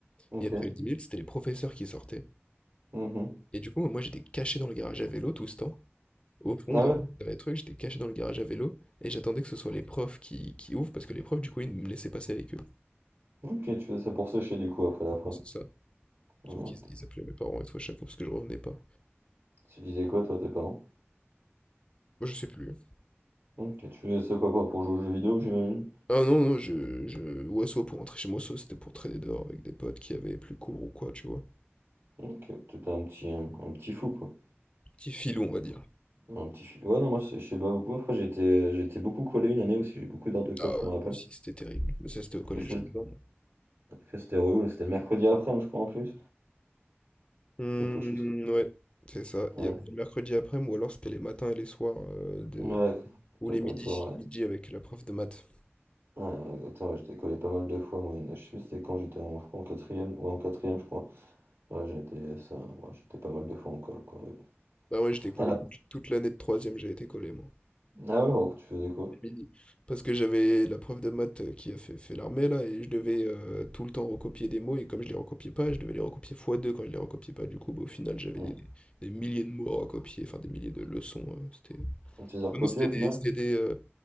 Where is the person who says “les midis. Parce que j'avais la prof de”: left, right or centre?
Left